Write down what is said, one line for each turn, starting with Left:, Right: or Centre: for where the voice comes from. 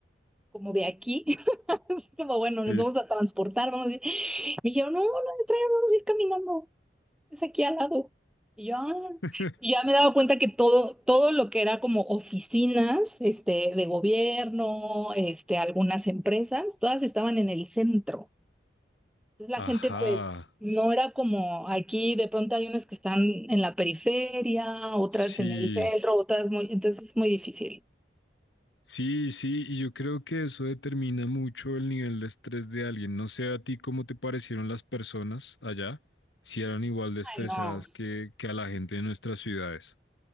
Centre: como de aquí, <laughs> como bueno,
Left: sí.
Centre: nos vamos a transportar, vamos a ir. Me dijeron, "No, no, extraño vamos a ir caminando." es aquí al lado. Y yo, "Ah".
Left: <laughs>
Centre: Y ya me he dado cuenta que todo, todo lo que era como oficinas, este, de gobierno, este, algunas empresas, todas estaban en el centro. Entonces la gente,
Left: Ajá,
Centre: pues, no era como aquí, de pronto hay unas que están en la periferia, otras
Left: sí.
Centre: en el centro, otras muy, entonces es muy difícil.
Left: Sí, sí, y yo creo que eso determina mucho el nivel de estrés de alguien. No sé a ti cómo te parecieron las personas allá, si eran igual de
Centre: Ay,
Left: estresadas
Centre: no,
Left: que, que a la gente de nuestras ciudades.